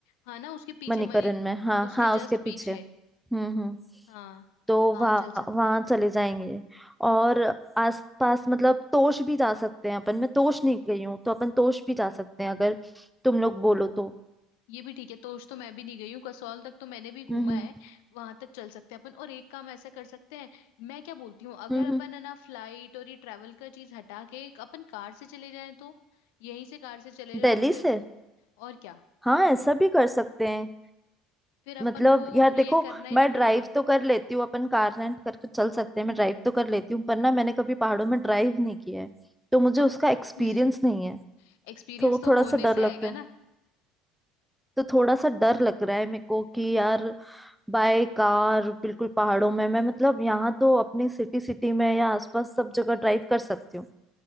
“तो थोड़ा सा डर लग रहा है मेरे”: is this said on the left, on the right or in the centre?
Centre